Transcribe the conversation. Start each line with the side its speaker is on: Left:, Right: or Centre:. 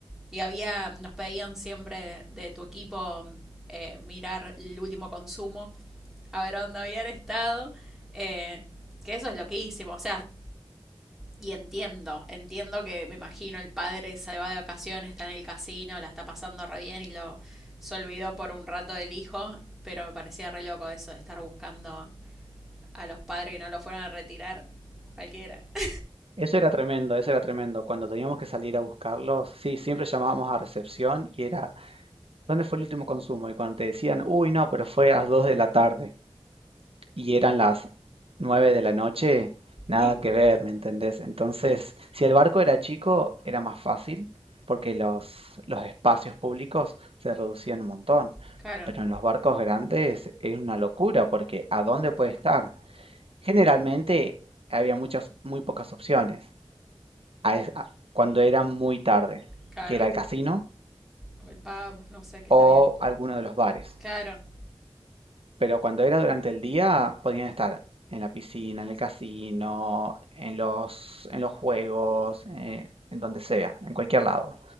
Centre: y había, nos pedían siempre de, de tu equipo mm, eh, mirar el último consumo, a ver dónde habían estado. eh, que eso es loquísimo. O sea, y entiendo, entiendo que me imagino el padre se va de vacaciones, está en el casino, la está pasando re bien y lo se olvidó por un rato del hijo, pero me parecía re loco eso de estar buscando a los padres que no lo fueron a retirar cualquiera. <laughs>
Right: Eso era tremendo, eso era tremendo. Cuando teníamos que salir a buscarlos, sí, siempre llamábamos a recepción y era... ¿Dónde fue el último consumo? Y cuando te decían, uy, no, pero fue a las 2 de la tarde y eran las 9 de la noche, nada
Centre: Y-
Right: que ver, ¿me entendés? Entonces, si el barco era chico, era más fácil porque los, los espacios públicos se reducían un montón.
Centre: claro,
Right: Pero en los barcos grandes es una locura porque ¿a dónde puede estar? Generalmente había muchas, muy pocas opciones a es- a- cuando era muy tarde,
Centre: claro.
Right: que era el casino
Centre: O el pub, no sé qué
Right: o
Centre: está bien.
Right: alguno de los bares.
Centre: Claro.
Right: Pero cuando era durante el día, podían estar en la piscina, en el casino, en los, en los juegos, eh, en donde sea, en cualquier lado.